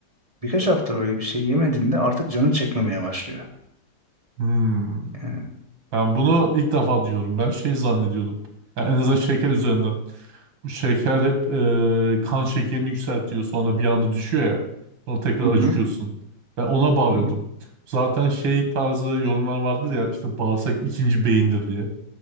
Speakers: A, on the right; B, on the right.
A: birkaç hafta böyle bir şey yemediğinde artık canın çekmemeye başlıyor.
B: Hmm.
A: Yani
B: Ben bunu ilk defa diyorum. Ben şey zannediyordum. Yani en azından şeker üzerinden. Bu şeker hep e, kan şekerini yükseltiyor. Sonra bir anda düşüyor ya. Sonra tekrar
A: Hı
B: acıkıyorsun.
A: hı.
B: Ben ona bağlıyordum.
A: Hı hı.
B: Zaten şey tarzı yorumlar vardır ya işte bağırsak ikinci beyindir diye.